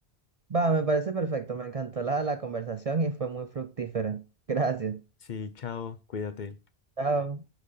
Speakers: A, on the right (about 45°); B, on the left (about 50°).
A: Va, me parece perfecto. Me encantó la, la conversación y fue muy fructífera. <laughs> Gracias.
B: Sí, chao, cuídate.
A: Chao.